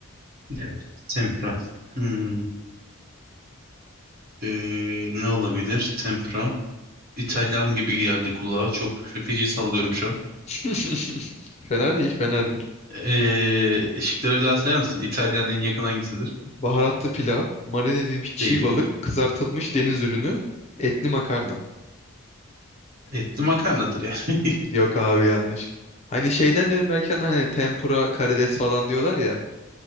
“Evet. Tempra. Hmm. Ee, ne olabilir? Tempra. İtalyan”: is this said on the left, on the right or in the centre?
Right